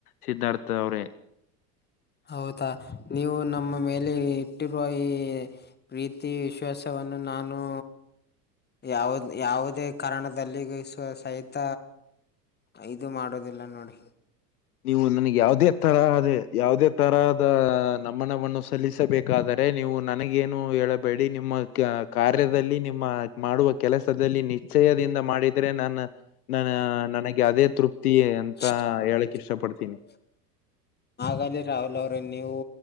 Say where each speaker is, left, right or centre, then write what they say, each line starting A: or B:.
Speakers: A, on the left; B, on the left.
A: ಸಿದ್ಧಾರ್ಥ ಅವ್ರೇ
B: ಹೌದಾ ನೀವು ನಮ್ಮ ಮೇಲೆ ಇಟ್ಟಿರುವ ಈ ಪ್ರೀತಿ ವಿಶ್ವಾಸವನ್ನು ನಾನೂ ಯಾವು ಯಾವುದೇ ಕಾರಣದಲ್ಲಿ ವಿಶ್ವಾಸ ಸಹಿತ ಇದು ಮಾಡೋದಿಲ್ಲ ನೋಡಿ
A: ನೀವು ನನಗೆ ಯಾವುದೇ ತರಹದ ಯಾವುದೇ ತರಹದ ಅ ನಮನವನ್ನು ಸಲ್ಲಿಸಬೇಕಾದರೆ ಏ ನೀವು ನನಗೇನು ಹೇಳಬೇಡಿ ಏ ನಿಮ್ಮ ಕಾರ್ಯದಲ್ಲಿ ನಿಮ್ಮ ಮಾಡುವ ಕೆಲಸದಲ್ಲಿ ನಿಶ್ಚಯದಿಂದ ಮಾಡಿದ್ರೆ ನಾನು ನಾನ ನನಗೆ ಅದೇ ತೃಪ್ತಿ ಅಂತ
B: ಹಾ <unintelligible>
A: ಹೇಳಕ್ ಇಷ್ಟ ಪಡ್ತೀನಿ
B: ಆಗಾಲೆ ರಾಹುಲ್ ಅವರೇ ನೀವು